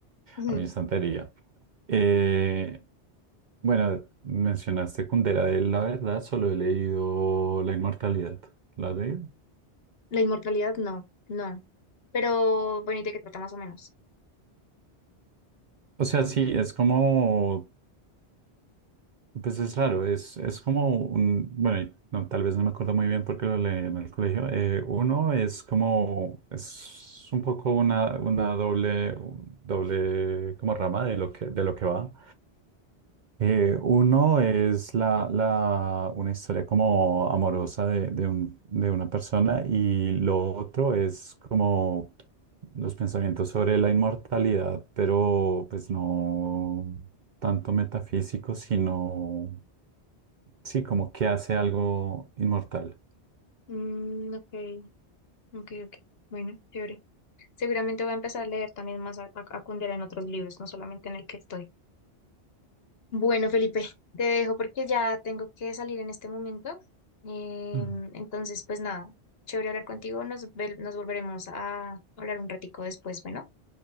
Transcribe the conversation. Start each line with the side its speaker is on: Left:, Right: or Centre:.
Left: Ujú.
Right: a mi estantería. Eh, bueno, mencionaste Kundera de él, la verdad, solo he leído La Inmortalidad. ¿La de?
Left: La inmortalidad, no, no. Pero bueno, ¿y de qué trata más o menos?
Right: O sea, sí, es como Pues es raro, es, es como un, bueno, y no, tal vez no me acuerdo muy bien porque lo leí en el colegio. Eh, uno es como, es un poco una, una doble, doble como rama de lo que, de lo que va. Eh, uno es la, la- una historia como amorosa de, de un- de una persona y lo otro es como los pensamientos sobre la inmortalidad, pero pues no tanto metafísico, sino sí, como que hace algo inmortal.
Left: Mm, ok, ok, ok. Bueno, chévere. Seguramente voy a empezar a leer también más a, a, a Kundera en otros libros, no solamente en el que estoy. Bueno, Felipe, te dejo porque ya tengo que salir en este momento. Em,
Right: Mm.
Left: entonces, pues nada, chévere hablar contigo. Nos, ve- nos volveremos a hablar un ratico después. Bueno,